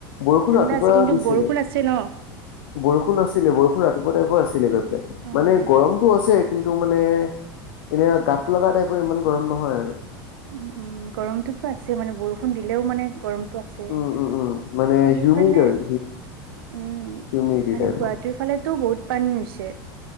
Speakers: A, on the left; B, on the right.
A: বৰষুণ
B: ঠাণ্ডা
A: ৰাতিপুৱা
B: আছে কিন্তু
A: দিছিলে।
B: বৰষুণ আছে ন
A: বৰষুণ আছিলে বৰষুণ ৰাতিপুৱা টাইপৰ আছিলে গৈ পেলাই,
B: উম
A: মানে গৰমটো আছে কিন্তু মানে এনেই আ গাত লগা টাইপৰ ইমান গৰম নহয় আৰু।
B: উম উম গৰমটোতো আছে মানে বৰষুণ দিলেও মানে গৰমটো আছে।
A: উম
B: আৰু
A: উম উম মানে হিউমিড
B: এইফালে
A: আৰু
B: উম
A: হিউমিডিটি
B: মানে
A: টাইপৰ।
B: গুৱাহাটীৰ ফালেতো বহুত পানী হৈছে।